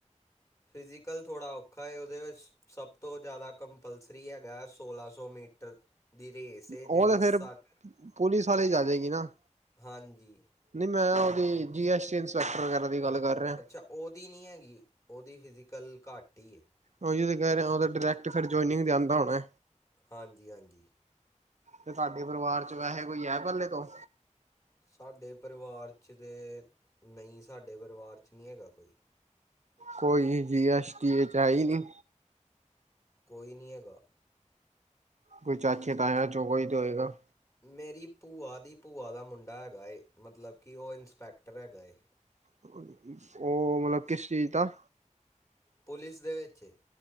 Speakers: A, on the left (about 25°); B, on the right (about 65°).
A: ਫਿਜ਼ੀਕਲ ਥੋੜ੍ਹਾ ਔਖਾ ਹੈ ਉਹਦੇ ਵਿੱਚ। ਸਭ ਤੋਂ ਜ਼ਿਆਦਾ ਕੰਪਲਸਰੀ ਹੈਗਾ ਸੋਲਾਂ ਸੌ ਮੀਟਰ ਦੀ ਰੇਸ। ਹੈ ਜਿਹੜੀ
B: ਉਹ ਤੇ ਫੇਰ
A: ਸੱਠ
B: ਪੁਲਿਸ ਵਾਲੇ ਚ ਆਜਾਗੀ ਨਾ।
A: ਹਾਂਜੀ
B: ਨਹੀਂ ਮੈਂ ਉਹਦੀ ਜੀ ਐਸ ਟੀ ਇੰਸਪੈਕਟਰ ਵਗੈਰਾ ਦੀ ਗੱਲ ਕਰ ਰਿਹਾ।
A: ਅੱਛਾ ਉਹਦੀ ਨਹੀਂ ਹੈਗੀ ਉਹਦੀ ਫਿਜ਼ੀਕਲ ਘੱਟ ਹੀ ਹੈ।
B: ਓਹੀ ਤਾਂ ਕਹਿ ਰਿਹਾ ਉਹ ਤਾਂ ਡਾਇਰੈਕਟ ਫਿਰ ਜੌਏਨਿੰਗ ਜਾਂਦਾ ਹੋਣਾ।
A: ਹਾਂਜੀ ਹਾਂਜੀ।
B: ਤੇ ਤੁਹਾਡੇ ਪਰਿਵਾਰ ਚ ਵੈਸੇ ਕੋਈ ਹੈ ਪਹਿਲੇ ਤੋਂ।
A: ਸਾਡੇ ਪਰਿਵਾਰ 'ਚ ਤਾਂ ਨਹੀਂ ਸਾਡੇ ਪਰਿਵਾਰ 'ਚ ਨਹੀਂ ਹੈਗਾ ਕੋਈ।
B: ਕੋਈ ਜੀ ਐਸ ਟੀ ਚ ਏ ਚ ਹੈ ਹੀ ਨੀ।
A: ਕੋਈ ਨਹੀਂ ਹੈਗਾ।
B: ਕੋਈ ਚਾਚੀਆਂ ਤਾਇਆ ਚੋਂ ਕੋਈ ਤੇ ਹੋਏਗਾ।
A: ਮੇਰੀ ਭੂਆ ਦੀ ਭੂਆ ਦਾ ਮੁੰਡਾ ਹੈਗਾ ਏ ਮਤਲਬ ਕਿ ਉਹ ਇੰਸਪੈਕਟਰ ਹੈਗਾ ਏ।
B: ਉਹ ਮਤਲਬ ਕਿਸ ਚੀਜ਼ ਦਾ।
A: ਪੁਲਿਸ ਦੇ ਵਿੱਚ।